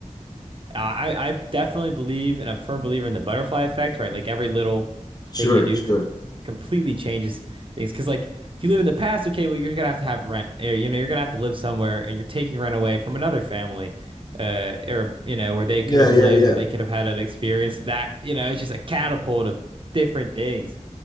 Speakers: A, on the right; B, on the left.
A: uh, I I definitely believe and I'm a firm believer in the butterfly effect, right? Like every little
B: Sure,
A: thing you do
B: sure.
A: co completely changes things. Because like if you live in the past, okay, well you're gonna have to have rent. Or, you know, you're gonna have to live somewhere, and you're taking rent away from another family, uh, or you know where they could
B: Yeah,
A: have
B: yeah,
A: lived,
B: yeah.
A: where they could have had an experience. That you know it's just a catapult of different things.